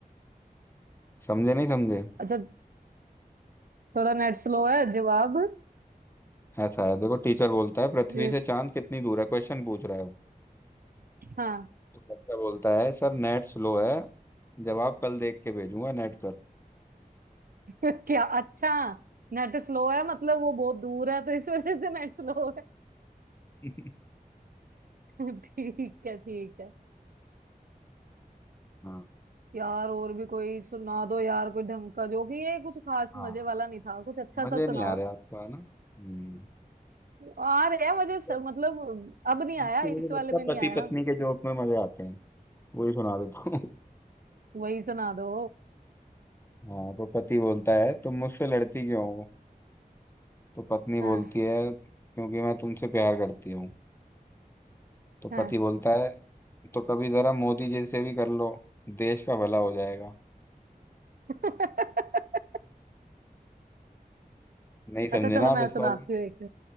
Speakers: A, on the left; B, on the right.
A: समझे नहीं समझे
B: अच्छा थोड़ा नेट स्लो है जवाब
A: ऐसा है देखो टीचर बोलता है पृथ्वी
B: यस।
A: से चांद कितनी दूर है क्वेश्चन पूछ रहा है वो
B: हाँ
A: तो बच्चा बोलता है सर नेट स्लो है जवाब कल देख के भेजूंगा नेट पर
B: <laughs> क्या अच्छा नेट स्लो है मतलब वो बहुत दूर है तो इस वजह से नेट स्लो है
A: <laughs>
B: <laughs> ठीक है ठीक है
A: हाँ
B: यार और भी कोई सुना दो यार कोई ढंग का जो कि ये कुछ खास
A: हाँ
B: मजे वाला नहीं था कुछ अच्छा
A: मजे
B: सा
A: नहीं
B: सुनाओ
A: आ रहे आपको है ना हम्म
B: आ रहे हैं मुझे सब,
A: तो
B: मतलब अब नहीं आया
A: तो मुझे
B: इस वाले
A: लगता
B: में
A: है
B: नहीं
A: पति
B: आया
A: पत्नी के जोक में मजे आते हैं वही सुना देता हूँ <laughs>
B: वही सुना दो
A: हाँ तो पति बोलता है तुम मुझसे लड़ती क्यों हो तो पत्नी बोलती
B: हाँ
A: है क्योंकि मैं तुमसे प्यार करती हूँ तो
B: हाँ
A: पति बोलता है तो कभी जरा मोदी जी से भी कर लो देश का भला हो जाएगा
B: <laughs>
A: नहीं समझे
B: अच्छा चलो
A: ना आप
B: मैं
A: इस बार
B: सुनाती
A: भी
B: हूँ एक